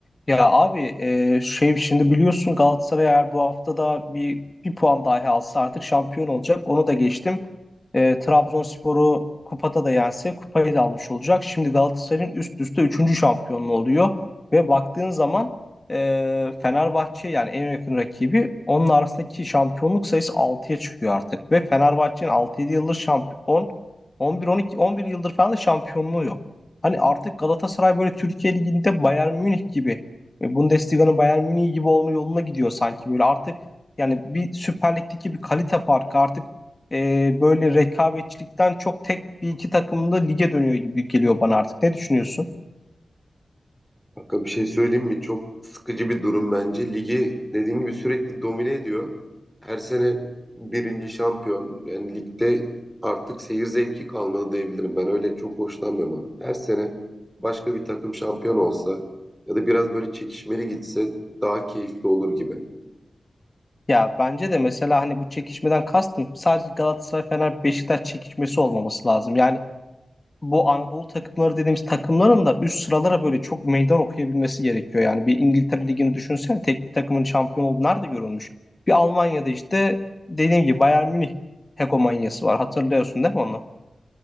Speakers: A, on the left (about 30°); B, in the centre.
A: Ya abi e, şey şimdi biliyorsun Galatasaray eğer bu hafta da bir bir puan dahi alsa artık şampiyon olacak. Onu da geçtim. E, Trabzonspor'u kupada da yense kupayı da almış olacak. Şimdi Galatasaray'ın üst üste üçüncü şampiyonluğu oluyor. Ve baktığın zaman e, Fenerbahçe yani en yakın rakibi onun arasındaki şampiyonluk sayısı altıya çıkıyor artık. Ve Fenerbahçe'nin altı 7 yıldır şampiyon 11 12 11 yıldır falan da şampiyonluğu yok. Hani artık Galatasaray böyle Türkiye Ligi'nde Bayern Münih gibi e, Bundesliga'nın Bayern Münih gibi olma yoluna gidiyor sanki böyle artık yani bir Süper Lig'deki bir kalite farkı artık e, böyle rekabetçilikten çok tek bir iki takımda lige dönüyor gibi geliyor bana artık. Ne düşünüyorsun?
B: Kanka bir şey söyleyeyim mi? Çok sıkıcı bir durum bence. Ligi dediğin gibi sürekli domine ediyor. Her sene birinci şampiyon. Yani ligde artık seyir zevki kalmadı diyebilirim. Ben öyle çok hoşlanmıyorum abi. Her sene başka bir takım şampiyon olsa ya da biraz böyle çekişmeli gitse daha keyifli olur gibi.
A: Ya bence de mesela hani bu çekişmeden kastım sadece Galatasaray Fener Beşiktaş çekişmesi olmaması lazım. Yani bu Anadolu takımları dediğimiz takımların da üst sıralara böyle çok meydan okuyabilmesi gerekiyor. Yani bir İngiltere Ligi'ni düşünsene tek bir takımın şampiyon olduğu nerede görülmüş? Bir Almanya'da işte dediğim gibi Bayern Münih hegemonyası var. Hatırlıyorsun değil mi onu?